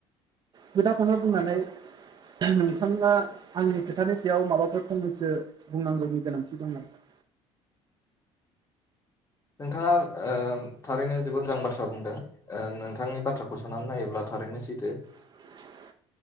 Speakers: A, on the right (about 35°); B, on the left (about 25°).
A: खोथाखोनो बुंनानै <unintelligible> नोंथाङा आंनि खोथानि सायाव माबाफोर फंनैसो बुंनांगौनि गोनांथि दं नामा? <inaudible>
B: नोंथाङा ओ थारैनो जोबोद मोजां बाथ्रा बुंदों ओ नोंथांनि बाथ्राखौ साननानै नायोब्ला था रैनो सैथो
A: <inaudible>